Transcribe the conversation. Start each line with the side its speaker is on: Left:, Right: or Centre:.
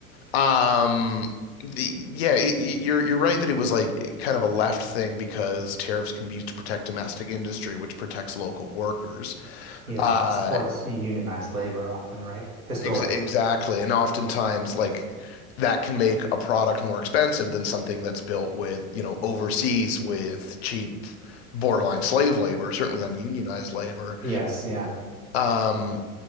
Left: Um, the yeah, it, it- you're you're right that it was like kind of a left thing because tariffs can be used to protect domestic industry, which protects local workers.
Right: Yeah,
Left: Uh,
Right: it supports unionized labor often, right? Historically.
Left: Ex- exactly.
Right: <laughs>
Left: And oftentimes, like that can make a product more expensive than something that's built with, you know, overseas with cheap, borderline slave labor, certainly ununionized labor.
Right: Yes, yeah.
Left: Um,